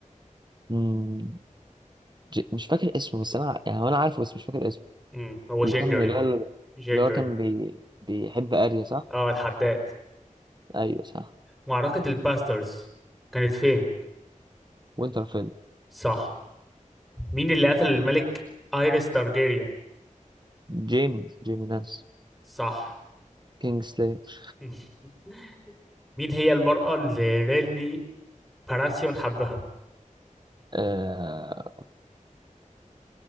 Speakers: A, on the right (about 35°); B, in the centre.
A: مم، ج... مش فاكر اسمه بس أنا يعني هو أنا عارفه بس مش فاكر اسمه
B: مم، هو
A: اللي
B: جندري
A: كان اللي هو
B: جندري
A: اللي هو كان بي... بيحب أريا صح؟
B: اه الحداد
A: أيوه صح
B: معركة الباسترز كانت فين؟
A: وينترفيل
B: صح مين اللي قتل الملك ايريس تارجيريان؟
A: جيمي جيمي لانس
B: صح
A: كينج سليتر
B: <laughs> مين هي المرأة اللي ريلني باراسيون حبها؟
A: آه